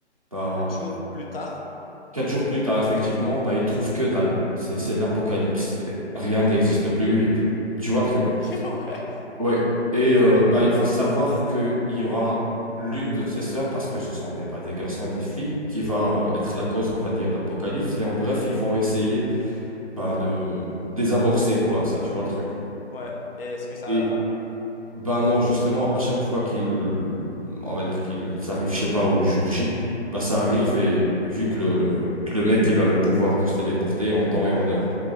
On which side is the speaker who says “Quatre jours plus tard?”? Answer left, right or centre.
Left